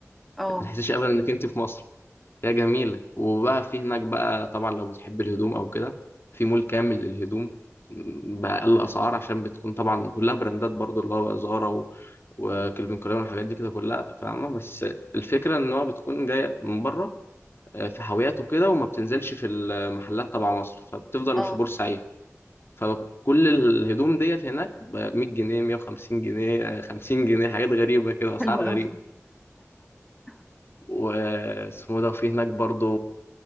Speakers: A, in the centre; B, on the left.
A: اه
B: ما تحسيش أبدا إنك أنت في مصر هي جميلة وبقى في هناك بقى طبعا لو بتحب الهدوم أو كده في مول كامل للهدوم م، بأقل أسعار عشان بتكون طبعا كلها براندات برضو اللي هو زارا و... وكلفن كلاين والحاجات دي كده كلها فاهمة بس الفكرة إن هو بتكون جاية من بره آه، في حاويات وكده وما بتنزلش في المحلات تبع مصر فبتفضل
A: اه
B: في بورسعيد فكل الهدوم ديت هناك ب 100 جنيه 150 جنيه آه، 50 جنيه حاجات غريبة كده أسعار
A: حلو
B: غريبة
A: قوي <laughs>
B: واسمه ده وفي هناك برضو